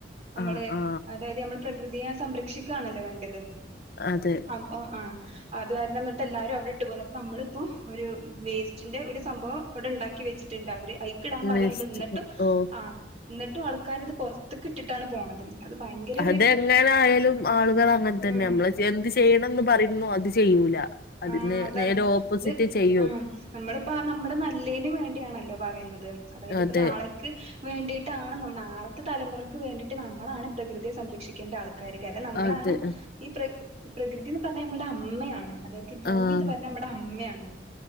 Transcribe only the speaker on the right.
നമ്മള്
അതായത് നമ്മള് പ്രകൃതിയെ സംരക്ഷിക്കാകണല്ലൊ വേണ്ട്യത്,
അപൊ ആഹ്, അത് കാര്ണം ന്നിട്ട് എല്ലാരും അവിടെ ഇട്ട് പോന്നിട്ട് നമ്മള്പ്പൊ ഒരു വേസ്റ്റിന്റെ ഒരു സംഭവം അവടെ ഇണ്ടാക്കി വെച്ച് ട്ട്ണ്ട് അവര്, അയ്ക്ക്ടാൻ പറയ്ൺണ്ട്
ഇന്നിട്ടും
ആഹ് ഇന്ന്ട്ടും ആൾക്കാരത്, പൊറത്ത്ക്കിട്ടിട്ടാണ് പോണത്, അത് ഭയങ്കര ഒരു
ഉം
ആഹ്, അതാണ്
ഇത്
ആഹ്, നമ്മളിപ്പ നമ്മുടെ നല്ലേന് വേണ്ടിയാണല്ലൊ പറീണത്, അതായത്
ഇപ്പ നാളെ, വേണ്ടിട്ടാണ് ന നാളത്തെ തലമുറയ്ക്ക് വേണ്ടിട്ട് നമ്മളാണ് പ്രകൃതിയെ സംരക്ഷിക്കേണ്ട ആൾക്ക കാരണം നമ്മളാണ്
ഈ പ്ര പ്രകൃതീന്ന് പർഞ്ഞ ഞമ്മൾടെ അമ്മയാണ്, അതായത്, ഈ ഭൂമീന്ന്
പർഞ്ഞ നമ്മടെ അമ്മയാണ്